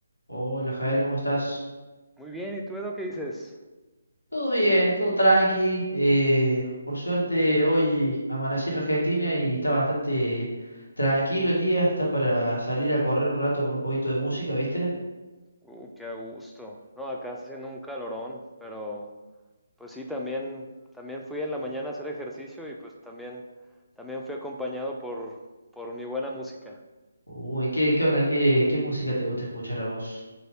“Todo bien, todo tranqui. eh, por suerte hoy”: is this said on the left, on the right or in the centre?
Left